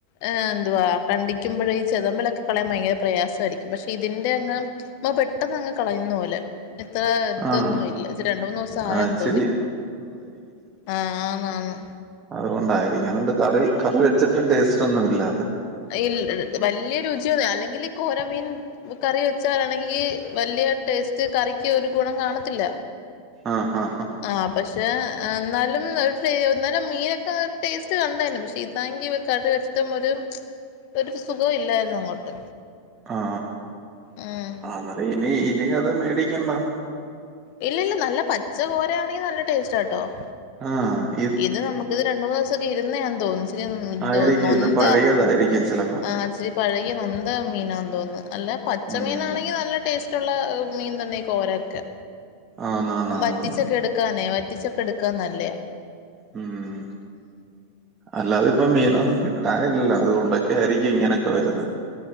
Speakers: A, on the left; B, on the right.
A: ഏ എന്തുവാ കണ്ടിക്കുമ്പഴേ ഈ ചെതമ്പലൊക്കെ കളയാൻ ഭയങ്കര പ്രയാസമായിരിക്കും. പക്ഷെ ഇതിന്റെ അങ്ങ് നമ്മ പെട്ടന്ന് അങ്ങ് കളയുന്ന പോലെ. ഇത്ര ഇതൊന്നും
B: ആഹ്.
A: ഇല്ല ഇത് രണ്ട് മൂന്ന് ദിവസം ആയെന്ന്
B: ആഹ് ഇച്ചിരി
A: തോന്നി ആന്ന് ആന്ന്
B: അതുകൊണ്ടായിരിക്കാം ന്നട്ട് കറി കറി വെച്ചിട്ടും ടേസ്റ്റ് ഒന്നും ഇല്ല.
A: ഇല്ല വല്ല്യ രുചിയൊന്നും അല്ലെങ്കിലും ഈ കോരമീൻ. കറി വെച്ചാലാണെങ്കി വലിയ ടേസ്റ്റ് കറിക്ക് ഒരു ഗുണം കാണത്തില്ല.
B: ആ ഹാ
A: ആഹ് പക്ഷെ എന്നാലും ഒരു ട്ടേ എന്നാലും മീനൊക്കെ ഒരു ടേസ്റ്റ് കണ്ടായിരുന്നു പക്ഷെ ഇതാണെങ്കി കറി വെച്ചിട്ടും ഒരു. ഒരു സുഖം ഇല്ലായിരുന്നു അങ്ങോട്ട്.
B: ആ
A: ഉം
B: അ ഹ അന്നേരം ഇനി ഇനി അത് മേടിക്കണ്ടാ.
A: ഇല്ല ഇല്ല നല്ല പച്ച കോര ആണെങ്കിൽ നല്ല ടേസ്റ്റ്ണ്ടാവും
B: ആഹ്
A: ഇത് നമുക്ക് ഇത് രണ്ട് മൂന്ന് ദിവസൊക്കെ ഇരുന്നെയാന്ന് തോന്നുന്നു. തോന്നുന്നു
B: ആയിരിക്കും
A: ഇത് നൊന്ത
B: പഴയതായിരിക്കും ചിലപ്പം.
A: ആഹ് ഇച്ചിരി പഴകിനൊന്ത മീനാന്ന് തോന്നുന്നു അല്ല പച്ചമീനാണെങ്കി
B: ഉം.
A: നല്ല ടേസ്റ്റ്- റ്റ്ള്ള മീൻ തന്നെ ഈ കോരൊക്കെ
B: ആന്നാന്നാന്നാന്ന്.
A: വറ്റിച്ചൊക്കെ എട്- ക്കാനെ വറ്റിച്ചൊക്കെട്ക്കാൻ ന്നല്ലയാ
B: ഉം അല്ലാതെ ഇപ്പൊ മീനൊന്നും കിട്ടാനില്ലല്ലോ അതുകൊണ്ടൊക്കെ ആയിരിക്കും ഇങ്ങനെക്കെ വരുന്നെ.